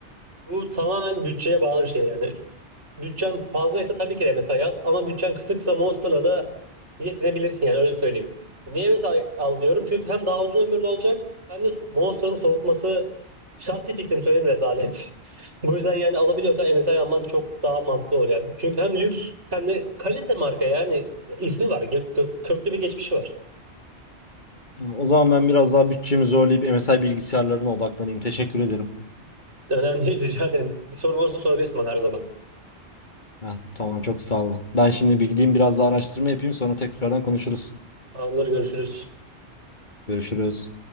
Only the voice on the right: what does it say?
Bu tamamen bütçeye bağlı bir şey yani. Bütçen fazlaysa tabii ki de MSI al ama bütçen kısıksa Monster'la da yetinebilirsin yani öyle söyleyeyim. Niye MSI al diyorum? Çünkü hem daha uzun ömürlü olacak hem de Monster'ın soğutması şahsi fikrim söyleyeyim rezalet. <laughs> Bu yüzden yani alabiliyorsan MSI alman çok daha mantıklı olur yani. Çünkü hem lüks hem de kalite marka yani ismi var. gö- gö- Köklü bir geçmişi var.
Önemli değil rica ederim. Bir sorun olursa sorabilirsin bana her zaman.
Onları görüşürüz.